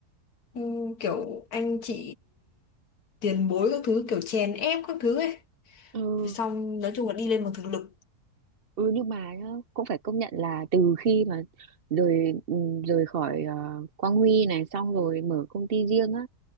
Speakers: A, on the left; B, on the right.
A: Ừ, kiểu anh chị tiền bối các thứ kiểu chèn ép các thứ ấy
B: ừ
A: Thì xong nói chung là đi lên bằng thực lực
B: ừ nhưng mà nhá, cũng phải công nhận là từ khi mà rời ừ, rời khỏi ờ, Quang Huy này xong rồi mở công ty riêng á